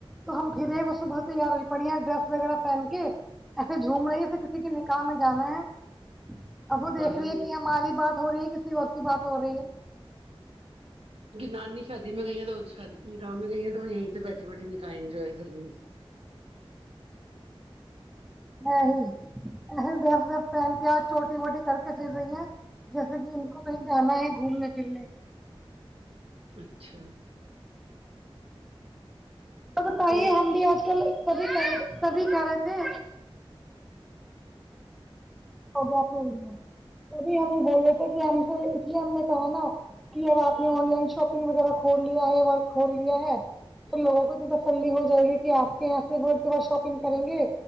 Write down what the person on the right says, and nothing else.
ہاں
تو
نانی شادی میں گئی ہے تو نکاح میں گئی ہے تو یہیں سے بیٹھی بیٹھی نکاح انجوائے کر رہی ہے
اچھا
اور